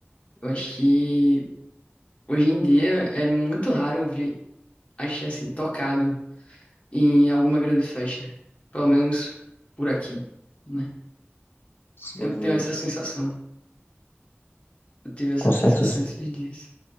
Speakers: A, on the left; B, on the left.
A: Eu acho que hoje em dia é muito raro ouvir axé, assim, tocado em alguma grande festa. Pelo menos por aqui, né?
B: Sim,
A: Eu tenho essa sensação. Eu tive essa
B: com certeza,
A: sensação esses dias.